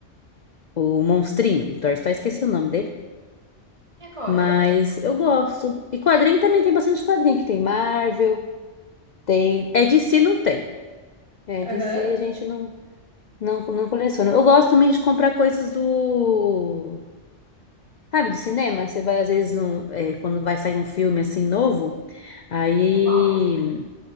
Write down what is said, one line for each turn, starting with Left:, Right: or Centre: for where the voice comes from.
Left: O monstrinho, do Toy Story, esqueci o nome dele.
Right: E agora?
Left: Mas eu gosto. E quadrinho também tem bastante quadrinho, que tem Marvel, tem. É DC não tem. É
Right: Aham.
Left: DC a gente não, não, não coleciona. Eu gosto também de comprar coisas do. Sabe, de cinema? Você vai, às vezes, num- é, quando vai sair um filme assim novo, aí
Right: O balde.